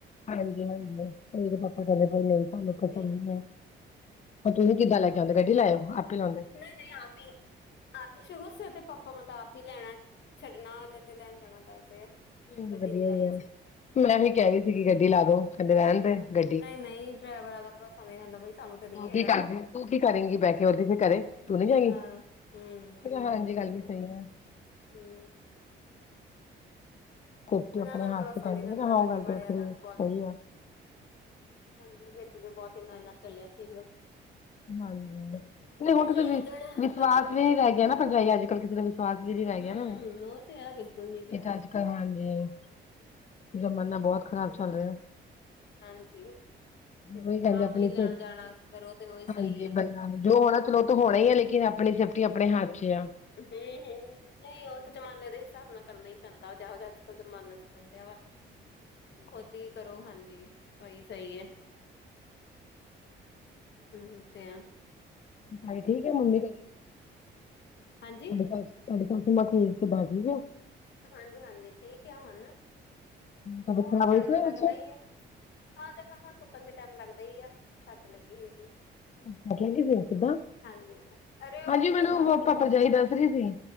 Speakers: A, on the left (about 35°); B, on the left (about 60°).
A: ਹਾਂਜੀ-ਹਾਂਜੀ ਉਈ ਅਦੇ ਪਾਪਾ ਕਹਿੰਦੇ, ਭਾਈ ਨਈ ਸਾਨੂੰ,
B: ਉਹ
A: ਖਤਮ
B: ਤੇ ਆ
A: ਹੋ ਗਿਆ। ਤੁਸੀਂ ਕਿਦਾ ਲੈ ਕੇ ਆਦੇ, ਗੱਡੀ ਲੈ ਆਓ ਆਪੇ ਲਾਉਂਦੇ।
B: ਨਈ-ਨਈ ਆਪ ਈ ਆਪ ਈ ਸ਼ੁਰੂ ਸੀ, ਤੇ ਪਾਪਾ ਮੈਂ ਤੇ ਆਪ ਹੀ ਲੈਣਾ, ਛੱਡਣਾ ਤੇ ਲੈਣ ਜਾਣਾ ਕਰਦੇ ਆ।
A: ਹਾਂਜੀ
B: ਗੱਡੀ
A: ਵਧੀਆ
B: ਨੀ ਲਾਈ
A: ਹੀ ਆ,
B: ਅਸੀਂ
A: ਮੈਂ ਵੀ ਕਹਿ ਰਹੀ ਸੀਗੀ ਗੱਡੀ ਲਾ ਦੋ। ਕਹਿੰਦੇ ਰਹਿਣ ਦੇ
B: ਹਾਂ,
A: ਗੱਡੀ
B: ਨਈ-ਨਈ ਡਰਾਈਵਰਾਂ ਦਾ ਭਰੋਸਾ ਨਈ ਰਹਿੰਦਾ ਬਈ ਸਾਨੂੰ ਤੇ ਨਈ
A: ਤੂੰ
B: ਹੈਗਾ।
A: ਕੀ ਕਰਦੀ ਤੂੰ ਕੀ ਕਰੇਗੀ ਬਹਿ ਕੇ ਹੋਰ ਕਿਸੇ ਘਰੇ, ਤੂੰ ਨਈ ਜਾਏਗੀ,
B: ਹਾਂ ਹੂੰ
A: ਹਾਂਜੀ
B: ਉਹ
A: ਗੱਲ
B: ਤੇ
A: ਵੀ ਸਹੀ ਆ।
B: ਹੂੰ
A: ਰੋਟੀ
B: ਇਹਨਾਂ
A: ਆਪਣੇ
B: ਦਾ
A: ਹੱਥ
B: ਭਰੋਸਾ
A: 'ਚ ਪੈਂਦੀ
B: ਨਹੀਂ ਰਹਿੰਦਾ
A: ਮੈਂ ਕਿਹਾ ਹਾ
B: ਗੱਡੀ
A: ਉਹ ਗੱਲ
B: ਵਾਲਿਆਂ
A: ਤੇ ਵੱਖਰੀ,
B: ਦਾ ਬਹੁਤ
A: ਸਹੀ ਐ।
B: ਹਾਂਜੀ ਵਿੱਚ ਤੇ ਬਹੁਤ ਇੰਨਾ-ਇੰਨਾ ਚੱਲਿਆ ਸੀਗਾ।
A: ਹਾਂਜੀ, ਨਈ ਹੁਣ
B: ਲੈਣ
A: ਕਿਸੇ ਤੇ
B: ਦੇਣਾ
A: ਵਿਸ਼ਵਾਸ
B: ਕਰੋ ਹੀ
A: ਵੀ
B: ਠੀਕ
A: ਨੀ ਰਹਿ
B: ਆ
A: ਗਿਆ ਨਾ ਪਰਜਾਈ ਅੱਜ ਕੱਲ ਕਿਸੇ ਦਾ ਸਵਾਸ ਵਿਧੀ ਲੈ
B: ਹਮ
A: ਗਿਆ ਨਾ,
B: ਉਹ ਤੇ ਹੈ ਬਿਲਕੁਲ ਨੀ ਰਿਹਾ
A: ਇਹ ਤਾਂ ਅੱਜ ਹਾਂਜੀ, ਜ਼ਮਾਨਾ ਬਹੁਤ ਖ਼ਰਾਬ ਚੱਲ ਰਿਹਾ।
B: ਹਾਂਜੀ, ਉਹ ਤੇ ਹੈ,
A: ਉਹੀ ਕਹਿੰਦੇ
B: ਆਪ
A: ਆਪਣੀ
B: ਹੀ ਲੈਣ
A: ਸੇ
B: ਜਾਣਾ ਕਰੋ ਤੇ ਸਹੀ
A: ਹਾਂਜੀ
B: ਆ
A: ਬਲਾ, ਜੋ ਹੋਣਾ ਚਲੋ ਉਹ ਤਾਂ ਹੋਣਾ ਹੀ ਆ, ਲੇਕਿਨ ਆਪਣੀ ਸੇਫਟੀ ਆਪਣੇ ਹੱਥ 'ਚ ਆ।
B: ਹੂੰ-ਹੂੰ, ਨਈ ਉਹ ਤੇ ਜ਼ਮਾਨੇ ਦੇ ਹਿਸਾਬ ਨਾਲ ਕਰਨਾ ਈ ਪੈਂਦਾ ਜਿਹੋ ਜਿਹਾ ਅੱਜ ਕੱਲ੍ਹ ਜ਼ਮਾਨਾ ਚੱਲਣ ਡਿਆ ਵਾ। ਖੁਦ ਈ ਕਰੋ ਹਾਂਜੀ, ਉਹੀ ਸਹੀ ਏ। ਹੂੰ-ਹੂੰ ਤੇ ਐ।
A: ਹੋਰ ਠੀਕ ਐ ਮੰਮੀ ਘਰੇ।
B: ਹਾਂਜੀ
A: ਤੁਹਾਡੇ ਘਰ, ਤੁਹਾਡੇ ਘਰ ਤੇ ਮੰਮਾ ਠੀਕ ਏ ਬਾ ਠੀਕ ਏ।
B: ਹਾਂਜੀ-ਹਾਂਜੀ ਠੀਕ ਐ ਹੁਣ। ਥੋੜ੍ਹਾ
A: ਤਬੀਅਤ ਖਰਾਬ
B: ਟਾਈਮ
A: ਹੋਈ ਸੀ
B: ਲੱਗਦਾ
A: ਬੱਚੇ
B: ਈ ਆ। ਹਾਂ, ਜਕਮ ਹੁਣ ਸੁੱਕਣ 'ਚ ਟਾਈਮ ਲੱਗਦਾ ਹੀ ਆ, ਸੱਟ ਲੱਗੀ ਜਿਹੜੀ।
A: ਹਾਂਜੀ ਸੱਟ ਲੱਗ ਗ਼ੀ ਸੀ, ਕਿੱਦਾਂ?
B: ਹਾਂਜੀ ਅਰੇ ਉਹ
A: ਹਾਂਜੀ
B: ਇਸ ਤਰ੍ਹਾਂ
A: ਮੈਨੂੰ
B: ਹੀ ਬਾਥਰੂਮ
A: ਮੋਂਕਾ
B: ਚ
A: ਭਰਜਾਈ ਦੱਸ ਰਹੀ ਸੀ,